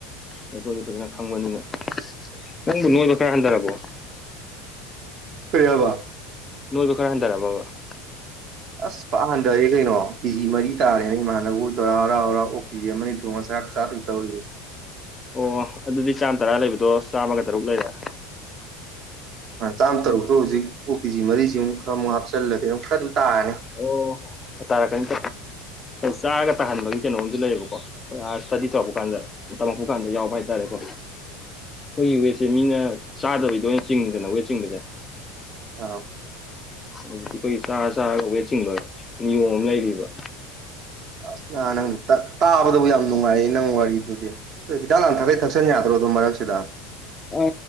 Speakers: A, on the left (about 20°); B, on the right (about 55°).
A: ꯑꯩꯈꯣꯏꯗꯤ ꯐꯖꯅ ꯈꯪꯕꯅꯤꯅ ꯅꯪꯕꯨ ꯅꯣꯏꯕ ꯈꯔ ꯍꯟꯊꯔꯕꯣ ꯫
B: ꯀꯔꯤ ꯍꯥꯏꯕ
A: ꯅꯣꯏꯕ ꯈꯔ ꯍꯟꯊꯔꯕꯕꯥ ꯫
B: ꯑꯁ ꯐꯖꯅ ꯍꯟꯊꯔꯦ ꯀꯩꯅꯣ ꯀꯦꯖꯤ ꯃꯔꯤ ꯇꯥꯔꯦꯅ ꯏꯃꯥꯟꯅꯕꯕꯨ ꯇꯧꯔ ꯍꯔꯥꯎ ꯍꯔꯥꯎ ꯑꯣꯛ ꯀꯦꯖꯤ ꯑꯃ ꯑꯅꯤ ꯊꯣꯡꯉꯥ ꯆꯥꯛꯄꯨ ꯆꯥ <unintelligible>
A: ꯑꯣ ꯑꯗꯨꯗꯤ ꯆꯥꯝꯃ ꯇꯔꯥ ꯂꯩꯕꯗꯣ ꯆꯥꯝꯃꯒ ꯇꯔꯨꯛ ꯂꯩꯔꯦ ꯫
B: ꯆꯥꯝꯃ ꯇꯔꯨꯛꯇꯣ ꯍꯧꯖꯤꯛ ꯑꯣꯛ ꯀꯦꯖꯤ ꯃꯔꯤꯁꯤꯃꯨꯛ ꯈꯔꯃꯨꯛ ꯍꯥꯞꯆꯜꯂꯒꯦ ꯑꯗꯨꯝ ꯈꯔ ꯇꯥꯔꯅꯤ ꯫
A: ꯑꯣ ꯇꯥꯔꯛꯀꯅꯤ ꯆꯥꯔꯒ ꯇꯥꯍꯟꯕꯒꯤ ꯀꯩꯅꯣꯝꯁꯨ ꯂꯩꯌꯦꯕꯀꯣ ꯫ ꯈꯣꯏ ꯑꯥ ꯏꯁꯇꯗꯤ ꯇꯧꯔꯛꯄ ꯀꯥꯟꯗ ꯇꯝꯃꯛꯄ ꯀꯥꯟꯗ ꯌꯥꯎꯕ ꯍꯥꯏꯇꯥꯔꯦꯀꯣ ꯫ ꯑꯩꯈꯣꯏꯒꯤ ꯋꯦꯠꯁꯦ ꯃꯤꯅ ꯆꯥꯗꯕꯤꯗ ꯑꯣꯏꯅ ꯆꯤꯡꯉꯤꯗꯅ ꯋꯦꯠ ꯆꯤꯡꯕꯁꯦ ꯫
B: <unintelligible>
A: ꯍꯧꯖꯤꯛꯇꯤ ꯑꯩꯈꯣꯏꯒꯤ ꯆꯥꯔ ꯆꯥꯔꯒ ꯋꯦꯠ ꯆꯤꯡꯕ ꯅꯤꯌꯣꯝ ꯑꯃ ꯂꯩꯔꯤꯕ
B: ꯑꯁ ꯑ ꯅꯪ ꯇꯥ ꯇꯥꯕꯗꯕꯨ ꯌꯥꯝ ꯅꯨꯡꯉꯥꯏꯌꯦ ꯅꯪ ꯋꯥꯔꯤꯗꯨꯗꯤ ꯇꯣꯏꯗꯤ ꯍꯤꯗꯥꯛ ꯂꯥꯡꯊꯛꯀꯩ ꯊꯛꯆꯟ ꯌꯥꯗ꯭ꯔꯣ ꯑꯗꯨ ꯃꯔꯛꯁꯤꯗ
A: ꯑ